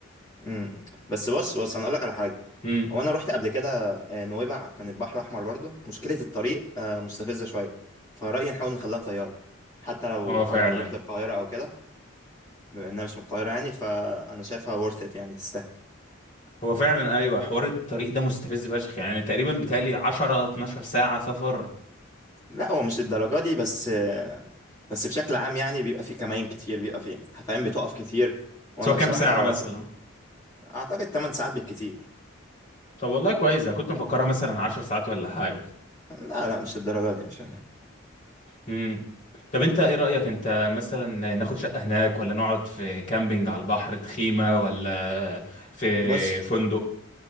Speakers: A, on the left; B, on the left.
A: امم بس بص بص انا اقول لك على حاجه
B: امم
A: هو انا رحت قبل كده آه، نويبع كان البحر احمر برضه مشكله الطريق آه، مستفزه شويه فرايي نحاول نخليها طياره حتى لو
B: هو
A: على
B: فعلا
A: ما نروح للقاهره او كده بما انها مش من القاهره يعني فانا شايفها worth it يعني تستاهل
B: هو فعلا ايوه حوار الطريق ده مستفز فشخ يعني تقريبا بتالي 10 12 ساعه سفر
A: لا هو مش للدرجه دي بس آه، بس بشكل عام يعني بيبقى في كمائن كتير بيبقى في حفاين بتقف كتير وانا
B: سواء كام
A: بصراحه
B: ساعه مثلا
A: اعتقد 8 ساعات بالكتير
B: طب والله كويس انا كنت مفكرها مثلا 10 ساعات ولا حاجه
A: لا لا مش للدرجه دي مش انا
B: امم طب انت ايه رايك انت مثلا ناخد شقه هناك ولا نقعد في كامبينج على البحر تخيمه ولا في
A: بص
B: فندق